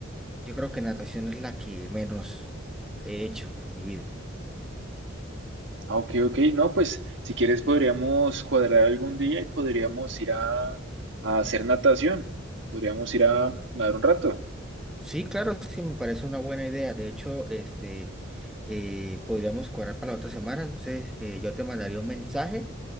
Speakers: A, in the centre; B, on the right.
A: yo creo que natación es la que menos he hecho en mi vida.
B: Ah, ok, ok. No, pues si quieres podríamos cuadrar algún día y podríamos ir a, a hacer natación. Podríamos ir a nadar un rato.
A: Sí, claro, sí, me parece una buena idea. De hecho, este, eh, podríamos cuadrar para la otra semana. Entonces, eh, yo te mandaría un mensaje